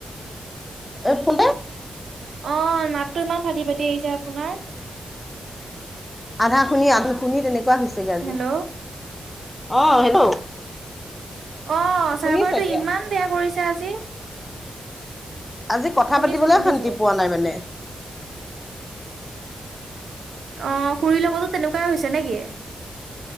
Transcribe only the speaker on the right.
অ' মাতটো ইমান ফাটি ফাটি আহিছে আপোনাৰ।
হেল্ল'
অ' চাৰ্ভাৰটো
ইমান বেয়া কৰিছে আজি।
শুনিছো
শুনিছো
আহ খুৰীৰ লগতো তেনেকুৱাই হৈছে নেকি?